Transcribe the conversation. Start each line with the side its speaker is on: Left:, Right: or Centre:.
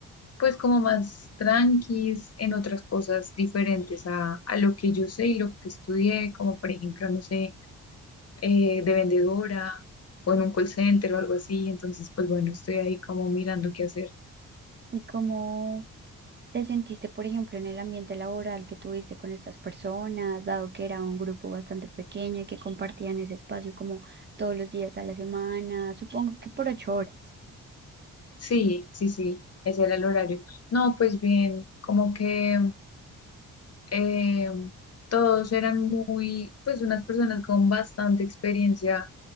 Left: pues como más tranquis, en otras cosas diferentes a, a lo que yo sé y lo que estudié, como por ejemplo, no sé, eh, de vendedora o en un call center o algo así, entonces pues bueno, estoy ahí como mirando qué hacer.
Right: ¿Y cómo te sentiste, por ejemplo, en el ambiente laboral que tuviste con estas personas, dado que era un grupo bastante pequeño y que compartían ese espacio como todos los días a la semana, supongo que por ocho horas?
Left: Sí, sí, sí, ese era el horario. No, pues bien, como que eh, todos eran muy, pues unas personas con bastante experiencia